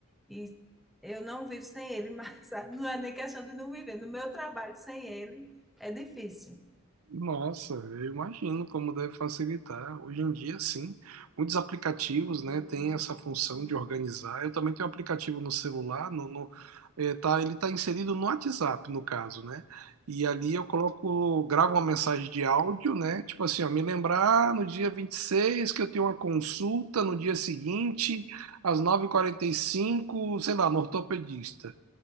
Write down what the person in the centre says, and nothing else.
E eu não vivo sem ele, mas <laughs> não é nem questão de não viver. No meu trabalho sem ele é difícil.